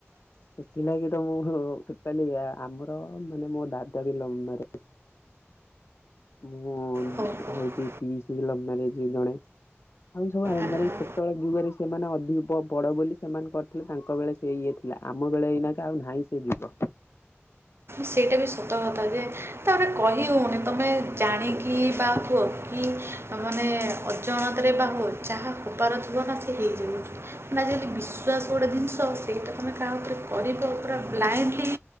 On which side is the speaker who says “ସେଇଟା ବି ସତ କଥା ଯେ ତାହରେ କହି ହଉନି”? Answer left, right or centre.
Right